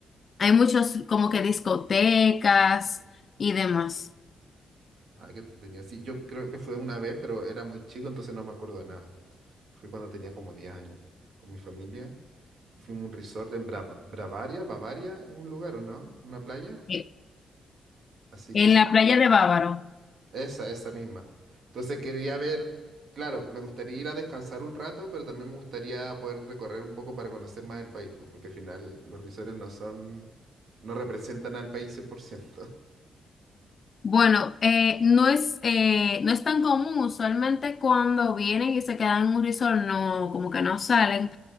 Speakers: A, on the left (about 35°); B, on the right (about 55°).
A: hay muchos como que discotecas y demás.
B: Ah, qué entretenido. Sí, yo creo que fue una vez, pero era muy chico, entonces no me acuerdo de nada. Fue cuando tenía como 10 años, con mi familia. Y fuimos a un resort en Bra- Bavaria, Bavaria, en un lugar, ¿o no? Una playa.
A: Eh,
B: Así
A: En
B: que
A: la playa de Bávaro.
B: esa, esa misma. Entonces quería ver, claro, me gustaría ir a descansar un rato, pero también me gustaría poder recorrer un poco para conocer más el país, pues, porque al final los resorts no son, no representan al país cien por ciento.
A: Bueno, eh, no es, eh, no es tan común, usualmente cuando vienen y se quedan en un resort, no, como que no salen,